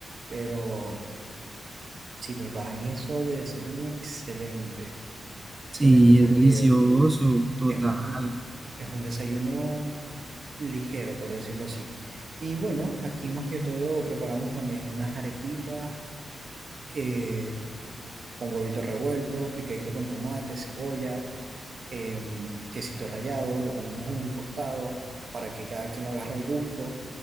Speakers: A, on the right; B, on the right.
A: pero si preparan eso de desayuno, excelente,
B: Sí,
A: excelente, porque
B: es delicioso, total.
A: Es un, es un desayuno ligero, por decirlo así. Y bueno, aquí más que todo preparamos también unas arepitas eh, con huevito revuelto, picadito con tomate, cebolla, em, quesito rallado, lo ponemos en un costado para que cada quien lo agarre al gusto.